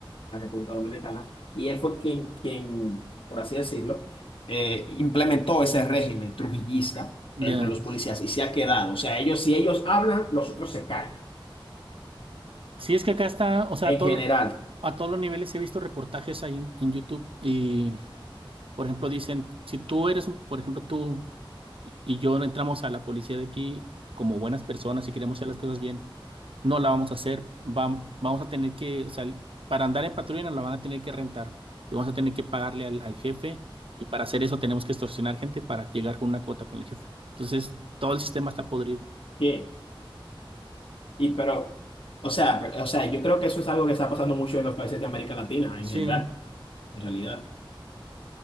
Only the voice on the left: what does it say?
de la República Dominicana, y él fue quien, quien por así decirlo, eh, implementó ese régimen trujillista entre
los policías y se ha quedado. O sea, ellos, si ellos hablan, los otros se callan,
en
general.
Bien. Y pero, o sea, pero- o sea, yo creo que eso es algo que está pasando mucho en los países de América Latina en
general. En realidad,